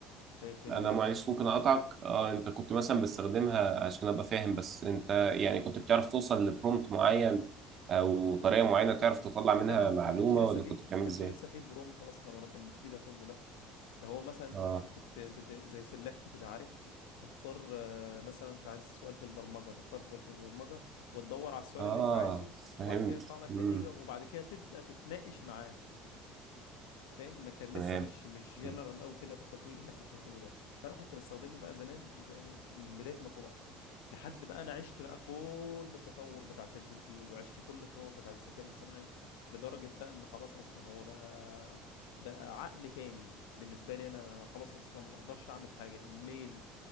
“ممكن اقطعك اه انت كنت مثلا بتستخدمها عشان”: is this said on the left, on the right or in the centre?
Right